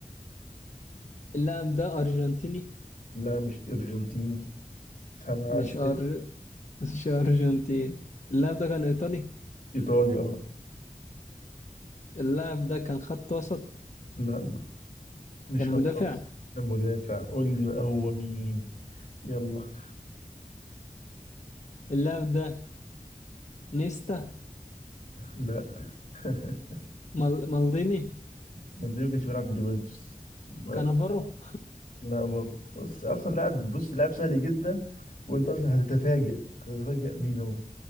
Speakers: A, on the left; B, on the left.
A: اللاعب ده ارجنتيني
B: لا مش ارجنتين سبعة
A: مش
B: اسئلة
A: أر... <laughs> مش ارجنتيني اللاعب ده كان ايطالي
B: ايطاليا اه
A: اللاعب ده كان خط وسط
B: لا مش
A: كان
B: خطاط
A: مدافع
B: كان مدافع قول لي بقى هو مين يلا
A: اللاعب ده نيستا
B: لا <laughs>
A: مال... مالديني
B: مالديني ما كانش بيلعب في اليوفنتوس لا
A: كانافارو
B: لا برضه بس اصلا لاعب بص لاعب سهل جدا وانت اصلا هتتفاجئ هتتفاجئ مين هو